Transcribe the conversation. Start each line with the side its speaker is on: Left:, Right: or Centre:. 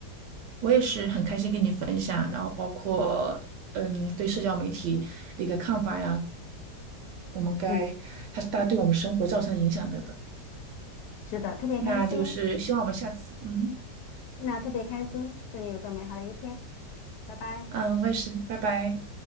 Right: 我也是很开心跟你分享，然后包括嗯对社交媒体的一个看法呀，我们该它它对我们生活造成的影响等等。
Left: 嗯，是的，特别开心。
Right: 那就是希望我们下次，嗯
Left: 那特别开心，祝你有个美好的一天，拜拜。
Right: 嗯，我也是，拜拜。